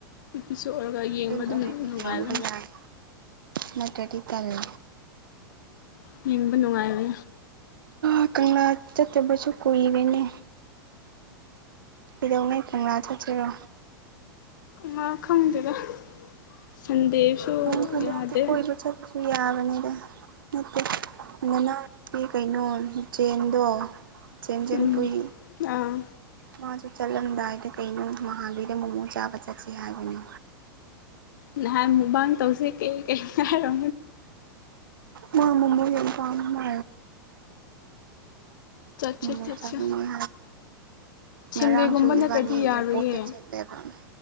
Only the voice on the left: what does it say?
ꯏꯄꯤꯁꯣꯠ ꯑꯣꯏꯔꯒ ꯌꯦꯡꯕ
ꯅꯨꯡꯉꯥꯏꯕꯅꯦ
ꯍꯕꯅꯅꯨꯡꯉꯕ
ꯉꯥ ꯈꯪꯗꯦꯕ ꯁꯟꯗꯦꯁꯨ
ꯌꯥꯗꯦ
ꯎꯝ
ꯑꯥ
ꯅ ꯃꯨꯕꯥꯥꯡ ꯇꯧꯁꯦ ꯀ ꯀꯔ
ꯆꯠꯁꯦ
ꯆꯠꯁꯦ
ꯁꯟꯗꯦꯒꯨꯝꯕ
ꯅꯠꯇ꯭ꯔꯗꯤ
ꯌꯥꯔꯣꯏꯌꯦ